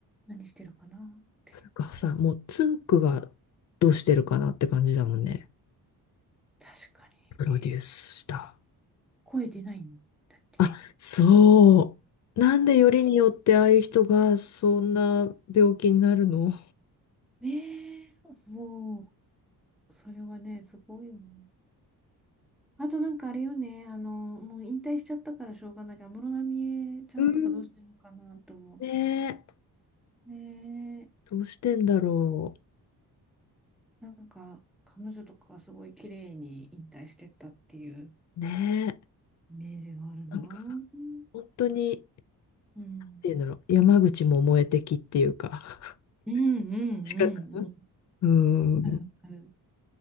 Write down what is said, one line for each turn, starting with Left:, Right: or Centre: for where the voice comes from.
Centre: 何してるかなって。
Left: がさ、もうつんくがどうしてるかなって感じだもんね。
Centre: 確かに。
Left: プロデュースした。
Centre: 声出ないんだって。
Left: あ、そう。なんでよりによってああいう人がそんな病気になるの
Centre: そう。ねえ。もう、それはね、すごいよね。あとなんかあれよね、あの、もう引退しちゃったからしょうがないから、安室奈美恵ちゃんとかどうしてるのかなと思
Left: うん。ねえ、
Centre: う。ねえ、
Left: どうしてんだろ
Centre: なんか彼女とかはすごい綺麗に引退してったっていう
Left: う。ねえ、
Centre: イメージがあるな。
Left: なんか
Centre: うん。
Left: 本当に、っ
Centre: うん
Left: ていうんだろう、山口も燃えてきっていうか、<laughs>
Centre: うん
Left: 仕方ない。
Centre: うん。
Left: うん、
Centre: あるある